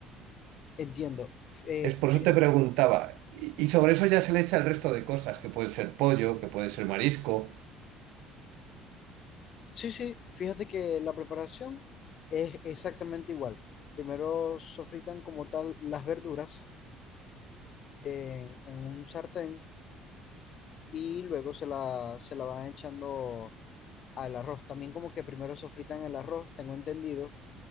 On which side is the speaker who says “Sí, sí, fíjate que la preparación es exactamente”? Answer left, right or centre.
Left